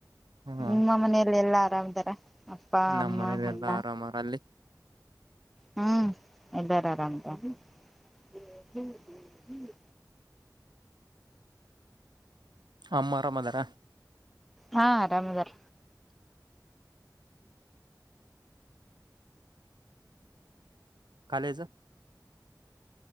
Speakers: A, on the right (about 80°); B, in the centre.
A: ಹ್ಮ
B: ನಿಮ್ಮ ಮನೇಲೆಲ್ಲ ಆರಾಮದ ಮಾತೆ ಅಪ್ಪಾ
A: ನಮ್ಮ್
B: ಅಮ್ಮ
A: ಮನೇಲೆ
B: ಅಣ್ಣಾ
A: ಎಲ್ಲಾ ಆರಾಮಾರ ಅಲ್ಲಿ
B: ಹ್ಮ್ ಇದ್ದಾರೆ ಬಂತ <unintelligible>
A: ಅಮ್ಮ ಅರಾಮ ಅದಾರಾ..
B: ಹಾ ಆರಾಮದಾರ
A: ಕಾಲೇಜು